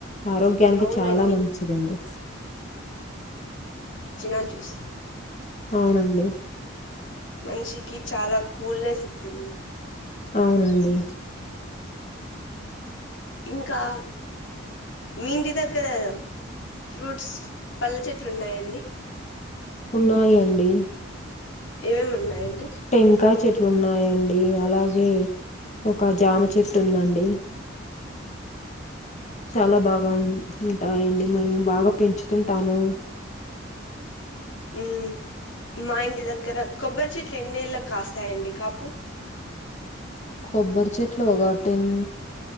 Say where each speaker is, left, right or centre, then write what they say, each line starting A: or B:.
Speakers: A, on the left (about 35°); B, on the left (about 70°).
A: ఆరోగ్యానికి
B: అవునండి
A: చాలా మంచిదండి
B: చిీనా జూస్
A: అవునండి
B: మనిషికి చాలా కూల్నెస్ ఇ ఇస్తుంది
A: అవునండి
B: ఇంకా మీ ఇంటి దగ కదా ఫ్రూట్స్ పళ్ళె చెట్లు ఉన్నాయండి
A: ఉన్నాయంండి
B: ఏవేం ఉన్నాయి
A: టెన్ కాయ చెట్లు ఉన్నాయండి అలాగే ఒక జామ చెట్టు ఉందండి చాలా బాగా హాయ్ అండి మేము బాగా పెంచుతుంటాము
B: ఉ మా ఇంటి దగ్గర కొబ్బరి చెట్లు ఎన్నిళ్ళకి కాస్తాయండి కాపు
A: కొబ్బరి చెట్లు ఒక టెన్